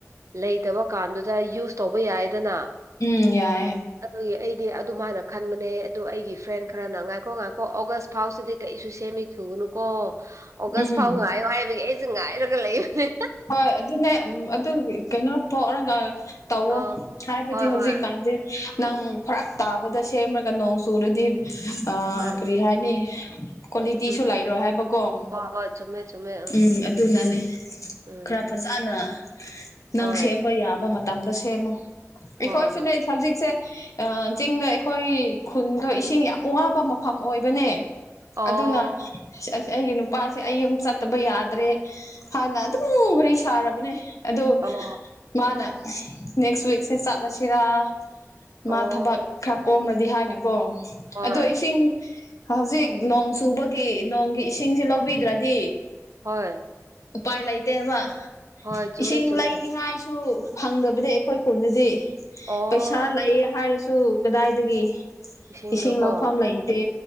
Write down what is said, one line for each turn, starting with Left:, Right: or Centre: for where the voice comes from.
Right: ꯂꯩꯇꯕ ꯀꯥꯟꯗꯨꯗ ꯌꯨꯁ ꯇꯧꯕ ꯌꯥꯏꯌꯦꯗꯅ
Left: ꯎꯝ ꯌꯥꯏꯌꯦ
Right: ꯑꯗꯨꯒꯤ ꯑꯩꯗꯤ ꯑꯗꯨ ꯃꯥꯅ ꯈꯟꯕꯅꯦ ꯑꯗꯨ ꯑꯩꯒꯤ ꯐ꯭ꯔꯦꯟ ꯈꯔꯅ ꯉꯥꯏꯈꯣ ꯉꯥꯏꯈꯣ ꯑꯣꯒꯁ ꯐꯥꯎꯁꯤꯗꯤ ꯀꯔꯤꯁꯨ ꯁꯦꯝꯃꯤꯈꯨꯒꯅꯨꯀꯣ ꯑꯣꯒꯁ
Left: ꯎꯝ
Right: ꯐꯥꯎ ꯉꯥꯏꯌꯣ ꯍꯥꯏꯕꯒꯤ ꯑꯩꯁꯨ ꯉꯥꯏꯔꯒ ꯂꯩꯕꯅꯦ
Left: ꯍꯣꯏ ꯑꯗꯨꯅꯦ ꯎꯝ ꯑꯗꯨꯒꯤ ꯀꯩꯅꯣ ꯊꯣꯛꯔꯒ ꯇꯧꯋꯣ
Right: ꯑ
Left: ꯍꯥꯏꯕꯗꯤ
Right: ꯍꯣꯏ
Left: ꯍꯧꯖꯤꯛꯀꯥꯟꯁꯦ
Right: ꯍꯣꯏ
Left: ꯅꯪ ꯐꯔꯛ ꯇꯥꯕꯗ ꯁꯦꯝꯃꯒ ꯅꯣꯡ ꯆꯨꯨꯔꯗꯤ ꯑꯥ
Right: ꯍꯣꯏ
Left: ꯀꯔꯤ ꯍꯥꯏꯅꯤ ꯀꯋꯥꯂꯤꯇꯤꯁꯨ
Right: ꯎꯝ
Left: ꯂꯩꯔꯣꯏ ꯍꯥꯏꯕꯀꯣ
Right: ꯍꯣꯏ ꯍꯣꯏ ꯆꯨꯝꯃꯦ ꯆꯨꯝꯃꯦ
Left: ꯎꯝ ꯑꯗꯨꯅꯅꯦ
Right: ꯎꯝ
Left: ꯈꯔ ꯐꯖꯅ
Right: ꯍꯣꯏ
Left: ꯅꯪ ꯁꯦꯝꯕ ꯌꯥꯕ ꯃꯇꯝꯗ ꯁꯦꯝꯃꯣ ꯑꯩꯈꯣꯏꯁꯨꯅꯦ
Right: ꯍꯣꯏ ꯍꯣꯏ
Left: ꯁꯕꯖꯤꯛꯁꯦ ꯑꯥ ꯆꯤꯡꯗ ꯑꯩꯈꯣꯏ ꯈꯨꯟꯗꯣ ꯏꯁꯤꯡ ꯌꯥꯝ ꯋꯥꯕ ꯃꯐꯝ ꯑꯣꯏꯕꯅꯦ
Right: ꯑꯣ
Left: ꯑꯗꯨꯅ ꯑꯁ ꯑꯩꯒꯤ ꯅꯨꯄꯥꯁꯦ ꯑꯩ ꯌꯨꯝ ꯆꯠꯇꯕ ꯌꯥꯗꯔꯦ ꯍꯥꯏꯅ ꯑꯗꯨꯝ ꯋꯥꯔꯤ ꯁꯥꯔꯕꯅꯦ ꯑꯗꯣ
Right: ꯑꯣ
Left: ꯃꯥꯅ ꯅꯦꯛꯁ ꯋꯤꯛꯁꯦ ꯆꯠꯂꯁꯤꯔꯥ
Right: ꯑꯣ
Left: ꯃꯥ ꯊꯕꯛ ꯈꯔ ꯀꯣꯝꯔꯗꯤ ꯍꯥꯏꯅꯨꯀꯣ
Right: ꯍꯣꯏ
Left: ꯑꯗꯣ ꯏꯁꯤꯡ ꯍꯧꯖꯤꯛ ꯅꯣꯡ ꯆꯨꯕꯒꯤ ꯅꯣꯡꯒꯤ ꯏꯁꯤꯡꯁꯤ ꯂꯧꯕꯤꯗꯔꯗꯤ
Right: ꯍꯣꯏ
Left: ꯎꯄꯥꯏ ꯂꯩꯇꯦꯕ
Right: ꯍꯣꯏ ꯆꯨꯝꯃꯦ
Left: ꯏꯁꯤꯡ
Right: ꯆꯨꯝꯃꯦ
Left: ꯂꯩꯅꯤꯡ ꯉꯥꯏꯁꯨ ꯐꯪꯗꯕꯅꯦ ꯑꯩꯈꯣꯏ ꯈꯨꯟꯗꯗꯤ
Right: ꯑꯣ
Left: ꯄꯩꯁꯥ ꯂꯩꯑꯦ ꯍꯥꯏꯔꯁꯨ ꯀꯗꯥꯏꯗꯒꯤ
Right: ꯏꯁꯤꯡꯗꯣꯀꯣ
Left: ꯏꯁꯤꯡ ꯂꯧꯐꯝ ꯂꯩꯇꯦ